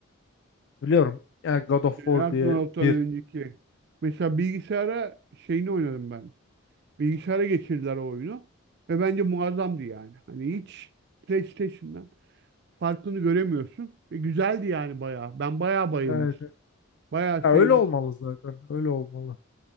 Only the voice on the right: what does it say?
Ragnarok'tan
önceki. Mesela bilgisayara şeyini oynadım ben. Bilgisayara geçirdiler o oyunu. Ve bence muazzamdı yani. Hani hiç PlayStation'dan. farkını göremiyorsun. Ve güzeldi yani bayağı. Ben bayağı bayılmıştım.
Bayağı
sevmiştim.